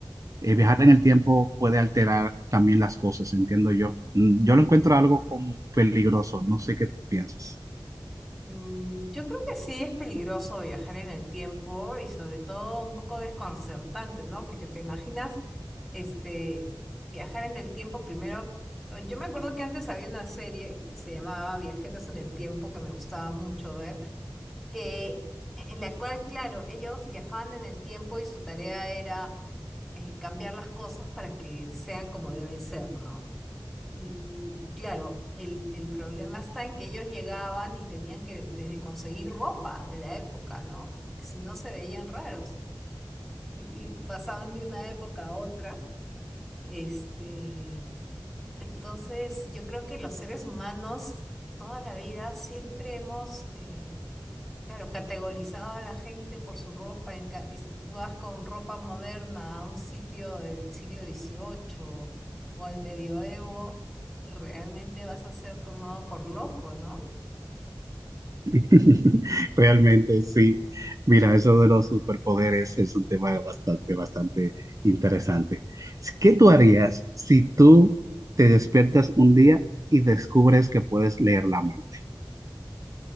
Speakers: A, on the right; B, in the centre.
A: eh, viajar en el tiempo puede alterar también las cosas, entiendo yo. Mm, Yo lo encuentro algo como peligroso, no sé qué tú piensas.
B: mm, yo creo que sí es peligroso viajar en el tiempo y sobre todo un poco desconcertante, ¿no? Porque te imaginas, este, viajar en el tiempo primero. Yo me acuerdo que antes había una serie que se llamaba Viajeros en el Tiempo, que me gustaba mucho ver, que en la cual, claro, ellos viajaban en el tiempo y su tarea era eh, cambiar las cosas para que sean como deben ser, ¿no? Y, y claro, el, el problema está en que ellos llegaban y tenían que desde conseguir ropa de la época, ¿no? Porque si no se veían raros y, y pasaban de una época a otra. Este, entonces, yo creo que los seres humanos toda la vida siempre hemos, eh, Claro, categorizaba a la gente por su ropa. en ca- y si tú vas con ropa moderna a un sitio del siglo XVIII o al medioevo, realmente vas a ser tomado por loco, ¿no?
A: <laughs> Realmente sí. Mira, eso de los superpoderes es un tema bastante, bastante interesante. ¿Qué tú harías si tú te despiertas un día y descubres que puedes leer la mente?